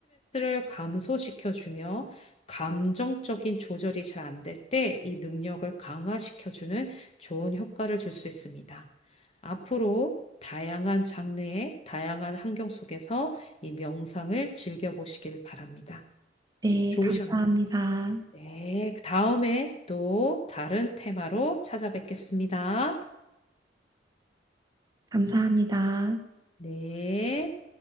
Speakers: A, on the left (about 35°); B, on the right (about 20°).
A: 스트레스를 감소시켜주며 감정적인 조절이 잘 안될 때 이 능력을 강화시켜주는 좋은 효과를 줄 수 있습니다. 앞으로 다양한 장르의 다양한 환경 속에서 이 명상을 즐겨보시길 바랍니다.
B: 네,
A: 좋으셨,
B: 감사합니다.
A: 네, 그 다음에 또 다른 테마로 찾아뵙겠습니다.
B: 감사합니다.
A: 네.